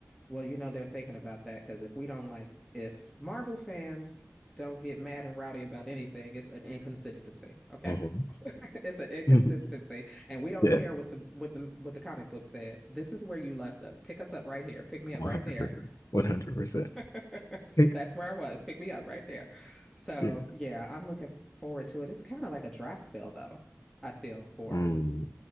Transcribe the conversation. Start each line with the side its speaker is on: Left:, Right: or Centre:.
Centre: well, you know they're thinking about that because if we don't like, if Marvel fans don't get mad and rowdy about anything, it's an inconsistency. Okay,
Left: Mm-hmm.
Centre: <laughs> it's an inconsistency,
Left: <laughs>
Centre: and we don't
Left: yeah,
Centre: care what the what the what the comic book said. This is where you left us. Pick us up right here. Pick me
Left: one
Centre: up right
Left: hundred
Centre: there.
Left: percent, one hundred percent.
Centre: <laughs>
Left: <laughs>
Centre: That's where I was. Pick me up right there. So
Left: Yeah,
Centre: yeah, I'm looking forward to it. It's kind of like a dry spell, though. I feel for
Left: mm,